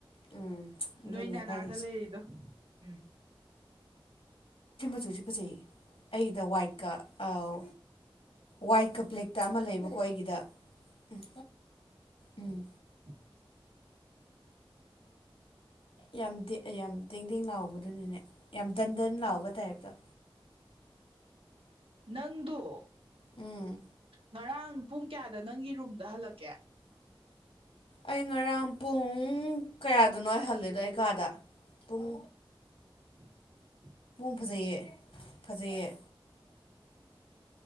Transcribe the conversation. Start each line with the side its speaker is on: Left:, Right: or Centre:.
Left: ꯎꯝ ꯑꯗꯨꯅꯦ
Right: ꯅꯣꯏꯅ
Left: ꯍꯥꯏꯔꯤꯁꯦ
Right: ꯅꯅꯥꯇ ꯂꯩꯔꯤꯗꯣ ꯎꯝ
Left: ꯑꯗꯨꯨꯁꯨ ꯐꯖꯩ ꯑꯩꯗ ꯋꯥꯏꯠꯀ ꯑꯥꯎ ꯋꯥꯏꯠ ꯀꯝꯄ꯭ꯂꯦꯛꯇ ꯑꯃ ꯂꯩꯕꯀꯣ ꯑꯩꯒꯤꯗ ꯎꯝ ꯎꯝ
Right: <inaudible>
Left: ꯌꯥꯝ ꯌꯥꯝ ꯇꯦꯡꯗꯦꯡ ꯂꯥꯎꯕꯗꯨꯅꯤꯅꯦ ꯌꯥꯝ ꯗꯟ ꯗꯟ ꯂꯥꯎꯕ ꯇꯥꯏꯞꯇ
Right: ꯅꯪꯗꯣ
Left: ꯎꯝ
Right: ꯉꯔꯥꯡ ꯄꯨꯡ ꯀꯌꯥꯗ ꯅꯪꯒꯤ ꯔꯨꯝꯗ ꯍꯜꯂꯛꯀꯦ
Left: ꯑꯩ ꯉꯔꯥꯡ ꯄꯨꯡ ꯀꯌꯥꯗꯅꯣ ꯍꯥꯏꯍꯜꯂꯦꯗꯣ ꯑꯩ ꯀꯥꯗ ꯄꯨꯡ
Right: ꯎꯝ ꯎꯝ
Left: ꯐꯖꯌꯦ ꯐꯖꯩꯌꯦ